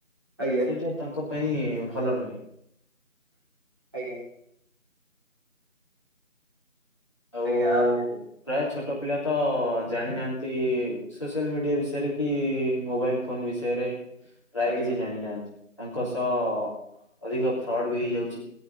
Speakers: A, on the right; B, on the left.
A: ଆଜ୍ଞା
B: ସେଇଟା ତାଙ୍କ ପାଇଁ ଭଲ ନୁହେଁ।
A: ଆଜ୍ଞା।
B: ଆଉ
A: ଆଜ୍ଞା, ଆ
B: ପ୍ରାୟ ଛୋଟ ପିଲା ତ ଜାଣିନାହାନ୍ତି, ସୋସିଆଲ୍ ମିଡିଆ ବିଷୟରେ କି ମୋବାଇଲ୍ ଫୋନ୍ ବିଷୟରେ, ପ୍ରାୟ
A: ଆଜ୍ଞା
B: କିଛି ଜାଣି ନାହାନ୍ତି। ତାଙ୍କ ସହ ଅଧିକ ଫ୍ରଡ୍ ବି ହେଇଯାଉଚି,